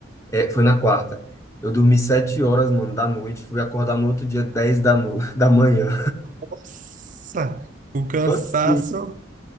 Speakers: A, on the left (about 15°); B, on the right (about 40°).
A: É, foi na quarta. Eu dormi sete horas, mano, da noite. Fui acordar no outro dia, dez da, no... <laughs> da manhã.
B: Nossa, o cansaço,
A: Assim,